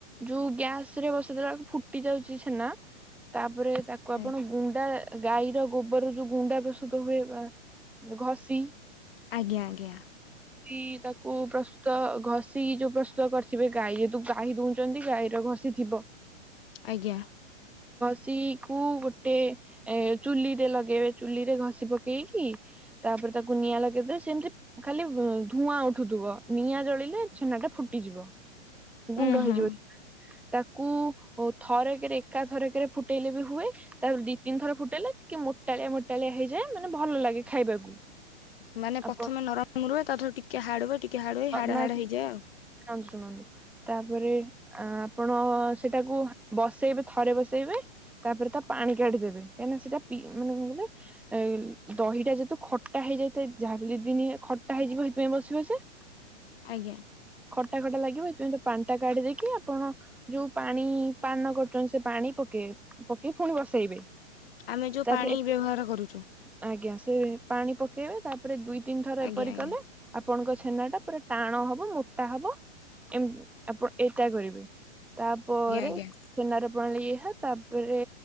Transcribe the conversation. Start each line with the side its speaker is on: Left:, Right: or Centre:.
Centre: ଯୋଉ ଗ୍ୟାସରେ ବସେଇ ଦେଲାଵେଳକୁ ଫୁଟି ଯାଉଛି ଛେନା। ତାପରେ ତାକୁ
Left: କି?
Centre: ଆପଣ ଗୁଣ୍ଡା ଏ ଗାଈର ଗୋବରରୁ ଯୋଉ ଗୁଣ୍ଡା ପ୍ରସ୍ତୁତ ହୁଏ ବା ଘଷି
Left: ଆଜ୍ଞା ଆଜ୍ଞା।
Centre: <inaudible> ତାକୁ ପ୍ରସ୍ତୁତ ଘଷ୍ <inaudible> ଇ ଯୋଉ ପ୍ରସ୍ତୁତ କରିଥିବେ ଗାଈ ଯେହେତୁ ଗାଈ ଦୁହୁଁଛନ୍ତି ଗାଈର ଘଷି ଥିବ।
Left: ଆଜ୍ଞା।
Centre: <inaudible> କୁ ଗୋଟେ ଚୁଲିରେ ଲଗେଇବେ, ଚୁଲିରେ ଘଷି ପକେଇକି ତାପ୍ ତାପରେ ତାକୁ ନିଆଁ ଲଗେଇଦଵେ, ସେମିତି ଖାଲି ଧୂଆଁ ଉଠୁଥିବ ନିଆଁ ଜଳିଲେ ଛେନାଟା ଫୁଟିଯିବ ଗୁଣ୍ଡ
Left: ଉୁଁ ହୁଁ
Centre: ହେଇଯିବ। ତାକୁ ଥରେକେରେ ଏକା ଥରେକେରେ ଫୁଟେଇଲେ ବି ହୁଏ ତାପରେ ଦି ତିନି ଥର ଫୁଟେଇଲେ ଟିକେ ମୋ ମୋଟାଳିଆ ମୋଟାଳିଆ ହୋଇଯାଏ ମାନେ ଭଲ ଲାଗେ ଖାଇବାକୁ।
Left: ମାନେ ପଥମେ
Centre: ଆପଣ
Left: ନରମ ରୁହେ ତାଠାରୁ ଟିକେ ହାଡ୍ ହୁଏ ଟିକ୍ ଟିକେ ହାଡ୍ ହୁଏ ହାଡ୍
Centre: ନା
Left: ହାଡ୍ ହେଇଯାଏ ଆଉ।
Centre: ଶୁଣନ୍ତୁ ଶୁଣନ୍ତୁ ତାପରେ ଆପଣଅଅ ସେଇଟାକୁ ବସେଇବେ, ଥରେ ବସେଇବେ। ତାପରେ ତା ପାଣି କାଢିଦେବେ, କାହିଁକିନା ସେଇଟା ପି ମାନେ କଣ କହିଲେ ଦହିଟା ଯେହେତୁ ଖଟା। ହେଇ ଯାଇଥାଏ, ଯାହା <inaudible> ଦିଦିନି ଖଟା ହେଇଯିବ ସେଇଥିପାଇଁ ବସିବ ସେ
Left: ଆଜ୍ଞା।
Centre: ଖଟା ଖଟା ଲାଗିବ ଏଇଥିପାଇଁ ତା ପାଣିଟା କାଢିଦେଇକି ଆପଣ ଯୋଉ ପାଣି ପାନ କରୁଛନ୍ତି ସେ ପାଣି ପକେଇ ପକେଇ ପୁଣି ବସେଇବେ
Left: ଆମେ ଯୋଉ
Centre: ତାପରେ
Left: ପାଣି ବ୍ୟବହାର କରୁଛୁ
Centre: <inaudible> ଆଜ୍ଞା ସେ ପାଣି ପକେଇବେ ତାପରେ ଦୁଇ ତିନି ଥର
Left: ଆଜ୍ଞା
Centre: ଏପରି
Left: ଆଜ୍ଞା
Centre: କଲେ ଆପଣଙ୍କ ଛେନାଟା ପୁରା ଟାଣ ହବ ମୋ ମୋଟା ହବ, ଏମ୍ ଆପଣ ଏଟା କରିବେ। ତାପରେ
Left: ଆଜ୍ଞା
Centre: ଛେନାର ପ୍ରଣାଳୀ ଏ <unintelligible> ତାପରେ